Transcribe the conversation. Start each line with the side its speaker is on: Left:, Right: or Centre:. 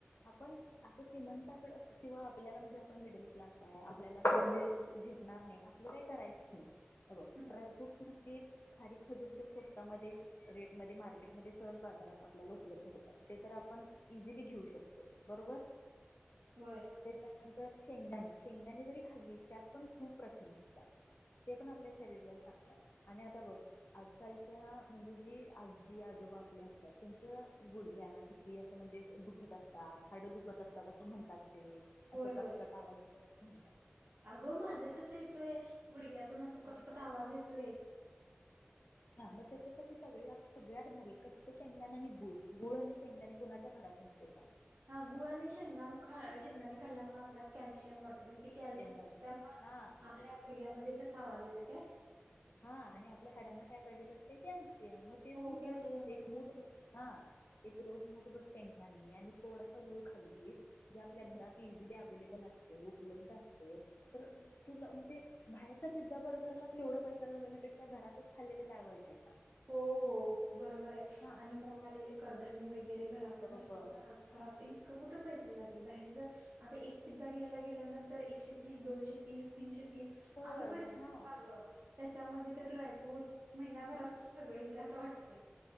Left: आपण आप श्रीमंताकड किंवा आपल्याला म्हणजे. पण मिडल क्लास आहे आपल्याला म्हणजे झेपणार नाही आपल्या काही करायचं नाही. अ बघ
Right: हम्म
Left: ड्रायफ्रूट नसतील खारी खजूरच्या पेस्टा मध्ये. रेटमध्ये मार्केटमध्ये सहज बाजारात आपल्याला उपलब्ध होतात, ते तर आपण इझिली घेऊ शकतो. बरोबर
Right: होय.
Left: त्यानंतर शेंगदाणे शेंगदाणे जरी खाल्ली त्यात पण खूप प्रथिमा असतात. ते पण आपल्या शरीरला चांगलं आणि आता बघ. आजकालच्या म्हणजे जी आजी आजोबा आपले असतात त्यांच्या गुडघ्याला कि. ही असं म्हणजे दुखत असतात खाडं दुखत असतात असं म्हणतात ते. असं
Right: होय होय
Left: कटकट आवाज येतत.
Right: अगं माझं तसं येतोय गुडघ्यातून अस कटकट
Left: हा
Right: आवाज येतोय.
Left: हा मग त्याच्यासाठी सगळ्या सगळ्यात भारी कच्च शेंगदान आणि गूळ गूळ आणि शेंगदाणे. कुणाच्या घरात नसते का.
Right: हा गुळानी शेंगदा मग खाला शेंगदा नाही खाला मग आपल्या. कॅल्शियम वाढते मग ते कॅल्शियम
Left: वाढतं.
Right: वाल्यामुळे
Left: हा
Right: आपल्या गुडग्यामध्ये तसा आवाज येतो काय.
Left: हा आणि आपल्या हाडांना काय पाहिजे असते कॅल्शियम मग ते
Right: हो
Left: तू
Right: कॅल्शियमच
Left: जर रोज एक मुठ
Right: की.
Left: हा. एक रोज मोठभर शेंगदाणे आणि थोडासा गुळ खाल्ली जे आपल्या
Right: हम्म
Left: घरात. इझिली अवेलेबल असते उपलब्ध असते तर.
Right: हम्म.
Left: तुला म्हणजे बाहेर पिझ्झा बर्गरला तू एवढा पैसा घालण्यापेक्षा घरातच खाल्लेले काय वाटय.
Right: हो हो बरोबर आहे
Left: हा
Right: आणि मोड आलेले कडधान्य वगैरे घ. जात
Left: बरोबर
Right: असतात ना
Left: हा
Right: घरात इतकं कुठं पैसे जाते बाहेर जर. आता एक पिझ्झा घ्यायला गेल्यानंतर एकशे तीस दोनशे तीस तीनशे तीस.
Left: सहज
Right: असं पैसे
Left: हा
Right: देतो ना ग. त्याच्यामध्ये ड्राय फ्रूटस महिनाभराच सगळ इईल अस वाटते.